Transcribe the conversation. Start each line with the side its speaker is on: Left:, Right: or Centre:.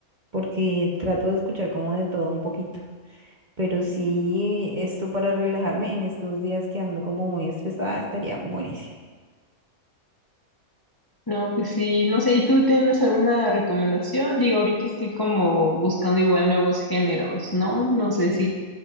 Right: porque trato de escuchar como de todo un poquito. Pero sí, esto para relajarme en estos días que ando como muy estresada estaría buenísimo.
Left: No, pues sí, no sé, ¿y tú tienes alguna recomendación? Digo, ahorita estoy como buscando igual nuevos géneros, ¿no? No sé si